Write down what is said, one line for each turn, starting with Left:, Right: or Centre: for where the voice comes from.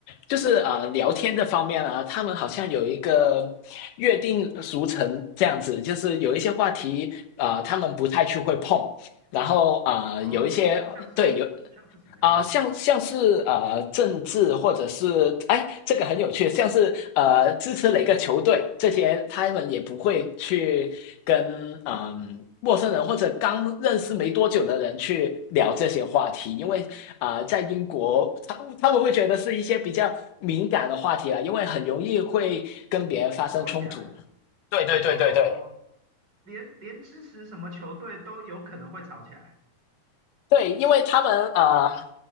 Left: 就是啊聊天这方面啊，他们好像有一个约定俗成这样子，就是有一些话题啊、呃他们不太去会碰，然后啊、呃有一些对有
Right: 哦，像是什么，像是什么样的话题？
Left: 啊、呃像像是呃政治或者是哎，这个很有趣，像是呃支持哪个球队这些，他们也不会去跟嗯、呃陌生人或者刚认识没多久的人去聊这些话题，因为啊、呃在英国他他们会觉得是一些比较敏感的话题啊，因为很容易会跟别人发生冲突。
Right: 吵起来
Left: 对对对对对
Right: 哦，连连支持什么球队都有可能会吵起来。
Left: 对，因为他们啊。呃